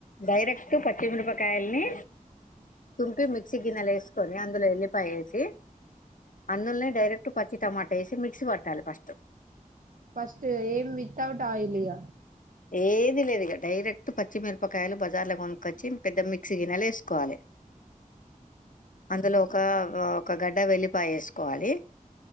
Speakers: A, on the left; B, on the right.
A: డైరెక్ట్ తూ పచ్చి మిరపకాయల్ని తుమ్ పి మిక్సి
B: ఆ
A: గినల్లా ఏస్కోని అన్ ఎల్లి పాయ వేసి అంన్ను ల్నే డైరెక్ట్ పచ్చి టమాట ఏసి మిక్సి పట్టాల ఫస్ట్
B: ఫస్ట్ ఏం వితౌట్ ఆయిల్ ఇక
A: ఏది లేదు ఇక డైరెక్ట్ పచ్చిమిరపకాయలు బ బార్ కొనుక్కొచ్చి పెద్ద మిక్సీ గినాల వేసుకోవాలే అందులో ఒక ఆ ఒక గడ్డ వెలిపాయేసుకో సుకోవాలి